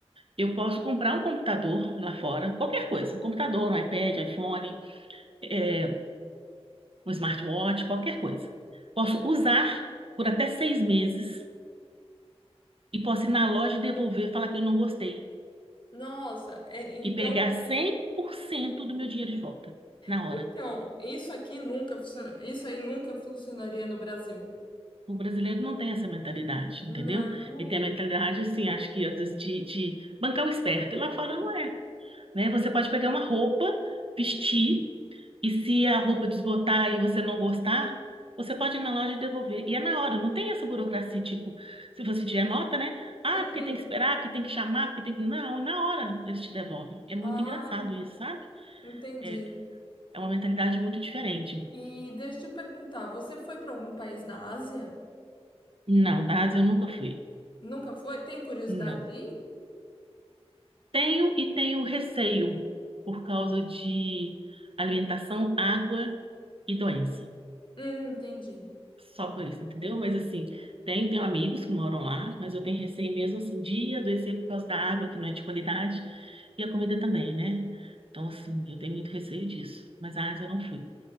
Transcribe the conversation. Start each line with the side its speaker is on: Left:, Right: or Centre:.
Right: Eu posso comprar um computador lá fora, qualquer coisa, um computador, um iPad, iPhone, é, um smartwatch, qualquer coisa. Posso usar por até seis meses e posso ir na loja e devolver, falar que eu não gostei
Left: nossa, é- então
Right: e pegar 100% do meu dinheiro de volta na
Left: Então,
Right: hora.
Left: isso aqui nunca, funcio- isso aí nunca funcionaria no Brasil.
Right: O brasileiro não tem essa mentalidade,
Left: Não.
Right: entendeu? Ele tem a mentalidade, assim, acho que às vezes de, de bancar o esperto. E lá fora não é. né? Você pode pegar uma roupa, vestir, e se a roupa desbotar e você não gostar, você pode ir na loja e devolver. E é na hora, não tem essa burocracia, tipo, se você tiver nota, né? Ah,
Left: Uhum.
Right: porque tem que esperar, porque tem que chamar, porque tem... Não, na hora eles te devolvem. É muito
Left: Ah,
Right: engraçado isso, sabe?
Left: entendi.
Right: É, é uma mentalidade muito diferente.
Left: E deixa eu te perguntar, você foi para algum país da Ásia?
Right: Não, da Ásia eu nunca fui.
Left: Nunca foi? Tem curiosidade
Right: Não.
Left: de ir?
Right: Tenho e tenho receio por causa de alimentação, água e doença.
Left: Hum, entendi.
Right: só por isso, entendeu? Mas assim, tenho, tenho amigos que moram lá, mas eu tenho receio mesmo assim de adoecer por causa da água, que não é de qualidade, e a comida também, né? Então, assim, eu tenho muito receio disso, mas a Ásia eu não fui.